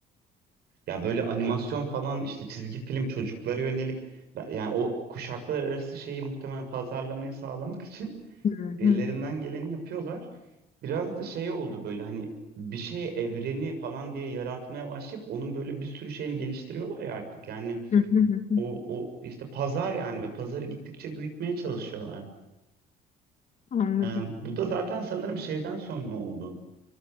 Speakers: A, on the right; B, on the left.
A: Ya böyle animasyon falan işte çizgi film çocuklara yönelik ben- yani o kuşaklar arası şeyi muhtemelen pazarlamayı sağlamak için
B: Hı
A: ellerinden
B: hı.
A: geleni yapıyorlar. Biraz da şey oldu böyle hani bir şey evreni falan diye yaratmaya başlayıp onun böyle bir sürü şeyini geliştiriyorlar ya artık. Yani
B: Hı hı hı hı.
A: o o işte pazar yani ve pazarı gittikçe büyütmeye çalışıyorlar.
B: Anladım.
A: Ee, bu da zaten sanırım şeyden sonra oldu.